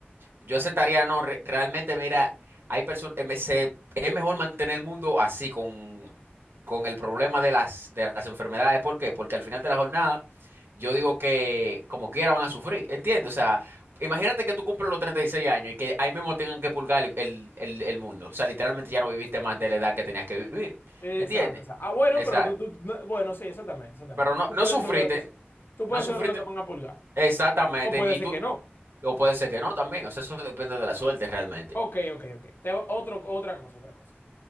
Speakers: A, on the right; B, on the left.
A: Yo aceptaría, no, re- realmente, mira, hay personas, es mejor mantener el mundo así, con con el problema de las, de las enfermedades. ¿Por qué? Porque al final de la jornada, yo digo que como quiera van a sufrir, ¿entiendes? O sea, imagínate que tú cumples los 36 años y que ahí mismo tengan que pulgar el, el- el- el mundo. O sea, literalmente ya no viviste más de la edad que tenías que vivir,
B: exacto,
A: ¿entiendes?
B: exacto, ah, bueno,
A: Exacto.
B: pero tú, tú- no- bueno, sí, exactamente, exactamente,
A: Pero no,
B: tú
A: no
B: puedes
A: sufriste,
B: ser uno de los que, tú puedes
A: no sufriste
B: ser uno de los que van a pulgar,
A: exactamente.
B: o puede
A: Y
B: ser
A: tú,
B: que no.
A: o puede ser que no también, o sea, eso depende de la suerte realmente.
B: Ok, ok, ok. Te- otro, otra cosa, otra cosa.